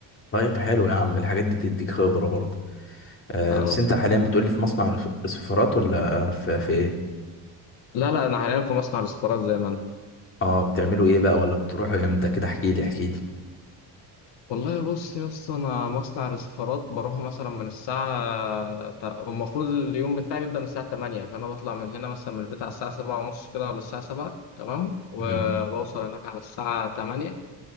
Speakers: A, on the left; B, on the left.
A: طيب حلو يا عم الحاجات دي بتديك خبره برضه آه
B: اه
A: بس انت حاليا بتقولي في مصنع رس- رسيفرات ولا في, في ايه
B: لا لا انا حاليا في مصنع رصفارات زي ما انا
A: اه بتعملوا ايه بقى ولا بتروحوا امتى كده احكي لي احكي لي
B: والله بص يا اسطى انا مصنع رسيفرات بروحه مثلا من الساعه تا- المفروض اليوم بتاعي بيبدا من الساعه 8 فانا بطلع من هنا مثلا من البيت على الساعه 7 ونص كده ولا الساعه 7 تمام وبوصل
A: امم
B: هناك على الساعه 8